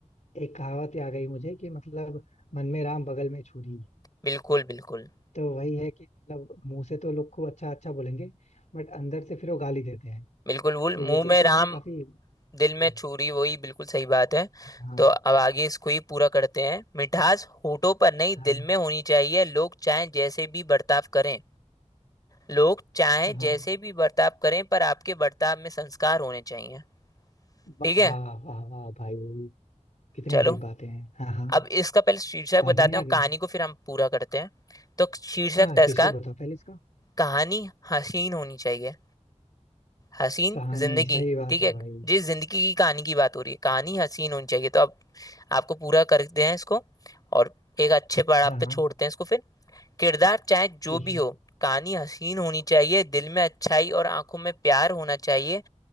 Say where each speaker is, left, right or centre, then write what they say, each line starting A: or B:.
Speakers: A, on the left (about 75°); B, on the left (about 30°).
A: एक कहावत आ गई मुझे कि मतलब मन में राम बगल में छुरी
B: बिल्कुल बिल्कुल
A: तो वही है कि मतलब मुंह से तो लोग खूब अच्छा अच्छा बोलेंगे बट अंदर से फिर वो गाली देते हैं
B: बिल्कुल भूल
A: तो
B: मुंह
A: ये चीज
B: में
A: तुम्हारी
B: राम
A: काफी गहरी
B: दिल में छुरी वही बिल्कुल सही बात है
A: हाँ
B: तो अब आगे इसको ही पूरा करते हैं मिठास होठों पर नहीं
A: हाँ
B: दिल में होनी चाहिए लोग चाहे जैसे भी बर्ताव करें लोग चाहे
A: हाँ हाँ
B: जैसे भी बर्ताव करें पर आपके बर्ताव में संस्कार होने चाहिए
A: वाह
B: ठीक है
A: वाह वाह वाह भाई कितनी
B: चलो
A: डीप बातें हैं हाँ हाँ
B: अब इसका पहले शीर्षक
A: और
B: बताते
A: भी
B: हैं
A: आगे
B: और कहानी को फिर हम पूरा करते हैं तो शीर्षक
A: हाँ
B: था
A: शीर्षक
B: इसका
A: बताओ पहले इसका
B: कहानी हसीन होनी चाहिए हसीन
A: कहानी
B: जिंदगी
A: सही बात
B: ठीक है
A: है भाई
B: जिस जिंदगी की कहानी की बात हो रही है कहानी हसीन होनी चाहिए तो अब आपको पूरा करते हैं इसको और एक अच्छे पड़ाव
A: हाँ
B: पे
A: हाँ
B: छोड़ते हैं इसको फिर किरदार चाहे
A: ठीक
B: जो भी
A: है
B: हो कहानी हसीन होनी चाहिए दिल में अच्छाई और आंखों में प्यार होना चाहिए